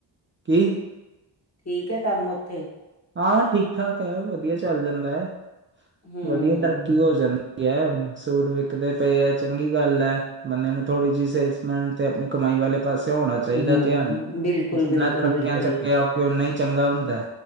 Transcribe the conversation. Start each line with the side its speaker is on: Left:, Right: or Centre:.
Right: ਕੀ
Left: ਠੀਕ ਹੈ ਕੰਮ ਉੱਥੇ
Right: ਹਾਂ ਠੀਕ ਠਾਕ ਹੈ ਵਧੀਆ ਚੱਲ ਜਾਂਦਾ ਹੈ
Left: ਹੂੰ।
Right: ਵਧੀਆ ਤਰਾਂ ਕੀ ਹੋ ਜਾਂਦੀ ਹੈ ਸੂਟ ਵਿਕਦੇ ਪਏ ਹੈ ਚੰਗੀ ਗੱਲ ਹੈ ਬੰਦੇ ਨੂੰ ਥੋੜੀ ਜਿਹੀ ਸੇਲਸਮੈਨ ਤੇ ਆਪਣੀ ਕਮਾਈ ਵਾਲੇ ਪਾਸੇ ਹੋਣਾ ਚਾਹੀਦਾ
Left: ਹੂੰ,
Right: ਧਿਆਨ
Left: ਬਿਲਕੁਲ-ਬਿਲਕੁਲ,
Right: ਜਿੰਨਾ
Left: ਬਿਲਕੁਲ
Right: ਤਰਕੀਆਂ
Left: ਬਿਲਕੁਲ।
Right: ਅੱਗੇ ਹੋਵੇ ਓਨਾ ਹੀ ਚੰਗਾ ਹੁੰਦਾ